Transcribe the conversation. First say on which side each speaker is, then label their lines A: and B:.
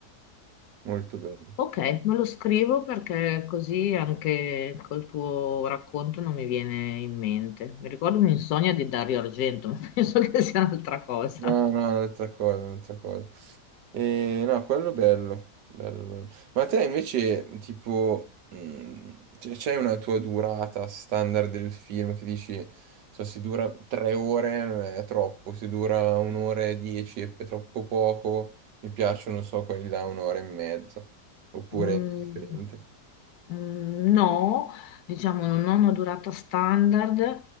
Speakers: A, on the right; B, on the left.
A: molto bello.
B: Ok, me lo scrivo perché così anche col tuo racconto non mi viene in mente. Mi ricordo un'insonnia di Dario Argento, <laughs> ma penso che sia un'altra cosa.
A: No, no, un'altra cosa, un'altra cosa. Eh, no, quello bello, bello, bello. Ma te invece, tipo, mh, cioè, c'hai una tua durata standard del film che dici, so, se dura tre ore eh, è troppo, se dura un'ora e dieci è, è troppo poco, mi piacciono, non so, quelli da un'ora e mezza, oppure
B: Mm.
A: è differente.
B: Mm, No, diciamo non ho una durata standard,